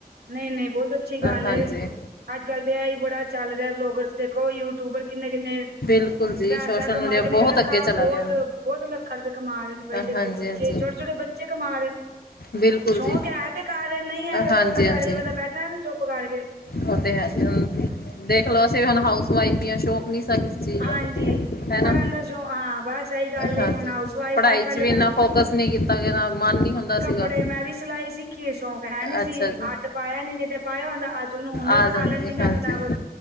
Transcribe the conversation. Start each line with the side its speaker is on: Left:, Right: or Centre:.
Right: ਨਹੀਂ, ਨਹੀਂ ਬਹੁਤ ਅੱਛੀ ਗੱਲ
Left: ਹਾਂਜੀ
Right: ਹੈ। ਅੱਜ ਕੱਲ ਤਾਂ ਇਹ ਹੀ ਬੜਾ ਚੱਲ ਰਿਹਾ ਬਲੋਗਰਸ ਦੇਖੋ ਯੂਟਿਊਬਰ ਕਿੰਨੇ- ਕਿੰਨੇ
Left: ਬਿਲਕੁਲ ਜੀ
Right: ਪੈਸਾ
Left: ਸੋਸ਼ਲ
Right: ਕਮਾ
Left: ਮੀਡੀਆ
Right: ਕੇ ਨਹੀਂ
Left: ਬਹੁਤ
Right: ਲੱਖਾਂ
Left: ਅੱਗੇ ਚਲਾ
Right: ਬਹੁਤ,
Left: ਗਿਆ
Right: ਬਹੁਤ ਲੱਖਾਂ ਰੁਪਏ ਕਮਾ ਰਹੇ। ਬਈ ਦੇਖੋ
Left: ਹਾਂਜੀ
Right: ਬੱਚੇ
Left: ਹਾਂਜੀ
Right: ਛੋਟੇ- ਛੋਟੇ ਬੱਚੇ ਕਮਾ ਰਹੇ ਨੇ,
Left: ਬਿਲਕੁਲ
Right: ਸ਼ੌਕ
Left: ਜੀ
Right: ਹੈ ਤੇ ਕਰ ਰਹੇ ਨਹੀਂ ਹੈ ਜਦੋਂ
Left: ਹਾਂਜੀ
Right: ਸਾਡੇ
Left: ਹਾਂਜੀ
Right: ਜਿ ਬੰਦਾ ਬੈਠਾ ਨਾ ਚੁੱਪ ਕਰਕੇ ਕੇ
Left: ਉਹ ਤੇ ਹੈ ਜੀ, ਦੇਖ ਲਓ ਅਸੀਂ ਵੀ ਹੁਣ ਹਾਊਸ ਵਾਇਫ ਹੀ ਸ਼ੌਕ ਨੀ ਕਿਸੇ ਚੀਜ਼
Right: ਹਾਂਜੀ
Left: ਦਾ ਹੈਨਾ,
Right: ਪੜ੍ਹਨ ਦਾ ਸ਼ੌਕ ਹਾਂ ਬਸ ਇਹੀ ਗੱਲ
Left: ਹਾਂਜੀ,
Right: ਏ ਹੁਣ ਹਾਊਸ ਵਾਈਫ
Left: ਪੜ੍ਹਾਈ
Right: ਆ ਪਹਿਲੇ
Left: ਚ ਵੀ
Right: ਮੈਨੂੰ
Left: ਇੰਨਾ ਫੋਕਸ ਨਹੀਂ ਕੀਤਾ ਕਿ ਮਨ ਨੀ ਹੁੰਦਾ
Right: ਕੱਪੜੇ
Left: ਸੀਗਾ
Right: ਮੈਂ ਵੀ ਸਿਲਾਈ ਸਿਖੀ ਏ ਸ਼ੌਂਕ ਹੈ ਨੀ
Left: ਅੱਛਾ
Right: ਸੀ।
Left: ਜੀ
Right: ਤੇ ਪਾਇਆ ਨੀ ਨਹੀਂ ਤੇ ਪਾਇਆ ਹੁੰਦਾ ਅੱਜ ਉਹਨੂੰ ਹੁਨਰ
Left: ਆ
Right: ਬਣਾ
Left: ਜਾਂਦੀ
Right: ਲੈਂਦੀ ਮੈਂ
Left: ਹਾਂਜੀ
Right: ਆਪਣਾ ਬਸ